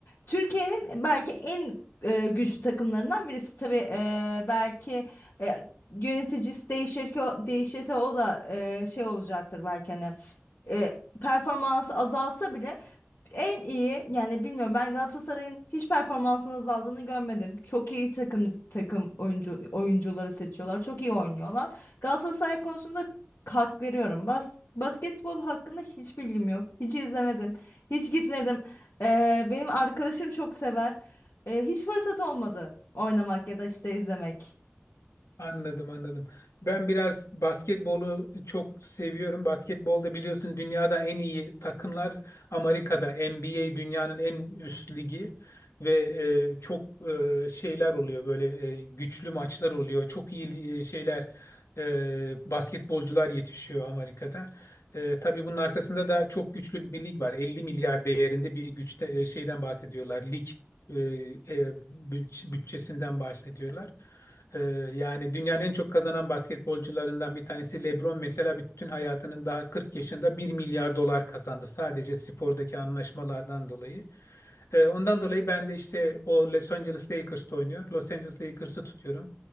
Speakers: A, on the left; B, on the left.
A: Türkiye'nin belki en e, güçlü takımlarından birisi. Tabii e, belki e, yöneticisi değişir ki o, değişirse o da e, şey olacaktır belki hani e, performansı azalsa bile en iyi yani bilmiyorum ben Galatasaray'ın hiç performansının azaldığını görmedim. Çok iyi takım takım oyuncu oyuncuları seçiyorlar. Çok iyi oynuyorlar. Galatasaray konusunda hak veriyorum. Bas, basketbol hakkında hiç bilgim yok. Hiç izlemedim. Hiç gitmedim. Ee, benim arkadaşım çok sever. Ee, hiç fırsat olmadı oynamak ya da işte izlemek.
B: Anladım anladım. Ben biraz basketbolu çok seviyorum. Basketbolda biliyorsun dünyada en iyi takımlar Amerika'da. NBA dünyanın en üst ligi ve e, çok e, şeyler oluyor böyle e, güçlü maçlar oluyor. Çok iyi e, şeyler e, basketbolcular yetişiyor Amerika'da. E, tabii bunun arkasında da çok güçlü bir lig var. elli milyar değerinde bir güçte e, şeyden bahsediyorlar. Lig e, e, bütç- bütçesinden bahsediyorlar. Ee, yani dünyanın en çok kazanan basketbolcularından bir tanesi LeBron mesela bütün hayatının daha 40 yaşında bir milyar dolar kazandı sadece spordaki anlaşmalardan dolayı. Ee, ondan dolayı ben de işte o Los Angeles Lakers'ta oynuyor. Los Angeles Lakers'ı tutuyorum.